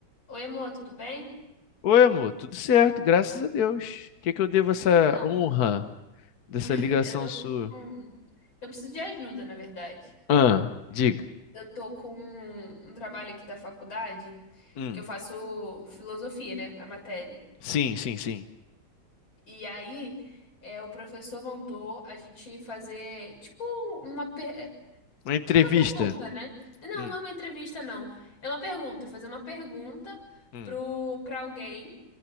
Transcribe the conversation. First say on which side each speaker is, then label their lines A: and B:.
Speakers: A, on the left (about 85°); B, on the left (about 55°).
A: Oi, amor, tudo bem?
B: Oi, amor, tudo certo, graças a Deus. O que que eu devo essa
A: Então,
B: honra dessa
A: <laughs>
B: ligação
A: eu tô
B: sua?
A: com. Eu preciso de ajuda, na verdade.
B: Ah, diga.
A: Eu tô com um um trabalho aqui da faculdade,
B: Hum,
A: que eu faço filosofia, né? A matéria.
B: sim, sim, sim.
A: E aí, é, o professor mandou a gente fazer, tipo, uma. per- É
B: Uma entrevista.
A: é uma pergunta, né? Não,
B: Hum,
A: não é uma entrevista, não. É uma pergunta. Fazer uma pergunta
B: hum,
A: pro... pra alguém.